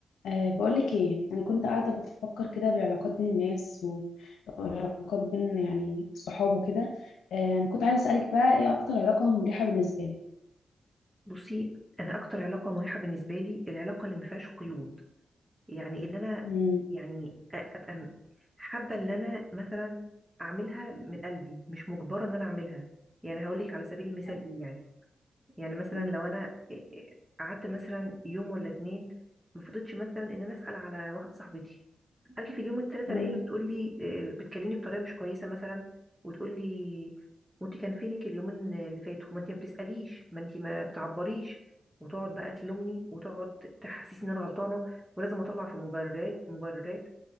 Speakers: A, on the left; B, on the right.
A: أه بقولك ايه انا كنت قاعده بفكر كده بالعلاقات بين الناس و- والعلاقات بين يعني الصحاب وكده أه انا كنت عايزه اسالك بقى ايه اكتر علاقه مريحه بالنسبه لك
B: بصي انا اكتر علاقه مريحه بالنسبه لي العلاقه اللي ما فيهاش قيود يعني اللي انا
A: امم
B: يعني أ- ابقى م- حابه اللي انا مثلا اعملها من قلبي مش مجبره ان انا اعملها يعني هقول لك على سبيل المثال
A: ايوه
B: ايه يعني يعني مثلا
A: امم
B: لو انا إيه- إيه قعدت مثلا يوم ولا اتنين ما فضلتش مثلا ان انا اسال على واحده صاحبتي اجي في اليوم التالت الاقيها
A: أمم،
B: بتقول لي آه، بتكلمني بطريقه مش كويسه مثلا وتقول لي وانت كان فينك اليومين اللي فاتوا ما انت ما بتساليش ما انت ما بتعبريش وتقعد بقى تلومني وتقعد تحسسني ان انا غلطانه ولازم اطلع في مبررات مبررات